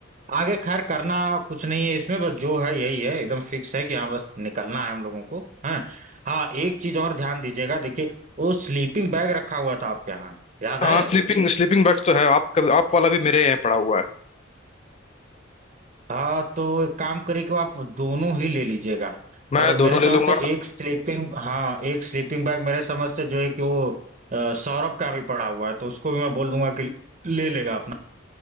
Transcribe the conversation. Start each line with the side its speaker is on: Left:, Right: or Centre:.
Right: आगे खैर करना कुछ नहीं है इसमें बस जो है यही है एकदम फिक्स है कि हाँ बस निकलना है हम लोगों को हाँ हाँ एक चीज और ध्यान दीजिएगा देखिए वो स्लीपिंग बैग रखा हुआ था आपके यहाँ याद है
Left: हाँ स्लीपिंग स्लीपिंग बैग्स तो है आप आप वाला भी मेरे यहाँ पड़ा हुआ है
Right: हाँ तो एक काम करिए कि आप दोनों ही ले लीजिएगा
Left: मैं
Right: और मेरे
Left: दोनों
Right: समझ
Left: ले लूंगा
Right: से एक स्लीपिंग हाँ एक स्लीपिंग बैग मेरे समझ से जो है कि वो अ, सौरभ का भी पड़ा हुआ है तो उसको भी मैं बोल दूंगा कि ले लेगा अपना